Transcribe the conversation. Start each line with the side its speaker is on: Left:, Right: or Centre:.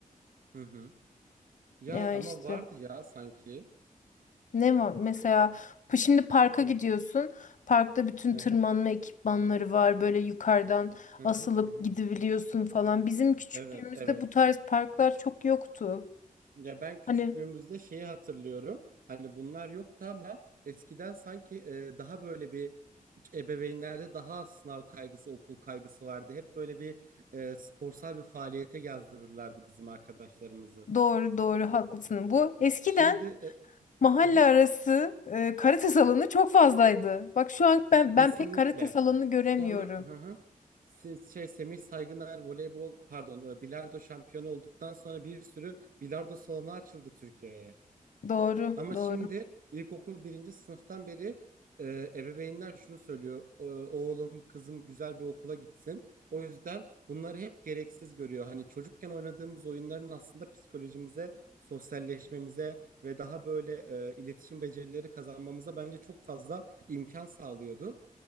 Right: Hı hı. Ya
Left: Ya
Right: ama
Left: işte.
Right: vardı ya sanki.
Left: Ne var? Mesela pa- şimdi parka
Right: Hı
Left: gidiyorsun. Parkta bütün
Right: hı
Left: tırmanma ekipmanları var. Böyle yukarıdan
Right: hı
Left: asılıp
Right: hı. hı hı.
Left: gidebiliyorsun falan. Bizim küçüklüğümüzde
Right: Evet, evet.
Left: bu tarz parklar çok yoktu.
Right: Ya ben küçüklüğümüzde
Left: Hani
Right: şeyi hatırlıyorum. Hani bunlar yoktu ama eskiden sanki e, daha böyle bir ebeveynlerde daha az sınav kaygısı, okul kaygısı vardı. Hep böyle bir e, sporsal bir faaliyete yazdırırlardı bizim arkadaşlarımızı.
Left: doğru doğru haklısın. Bu eskiden
Right: Şimdi e,
Left: mahalle
Right: hı hı,
Left: arası e, karate salonu çok fazlaydı. Bak şu an ben ben
Right: kesinlikle.
Left: pek karate salonu göremiyorum.
Right: Sonra hı hı, siz- şey Semih Saygıner voleybol pardon e, bilardo şampiyonu olduktan sonra bir sürü bilardo salonu açıldı Türkiye'ye.
Left: Doğru,
Right: Ama
Left: doğru.
Right: şimdi ilkokul birinci sınıftan beri e, ebeveynler şunu söylüyor. "O- Oğlum, kızım güzel bir okula gitsin. O yüzden bunları hep gereksiz görüyor. Hani çocukken oynadığımız oyunların aslında psikolojimize, sosyalleşmemize ve daha böyle e, iletişim becerileri kazanmamıza bence çok fazla imkan sağlıyordu.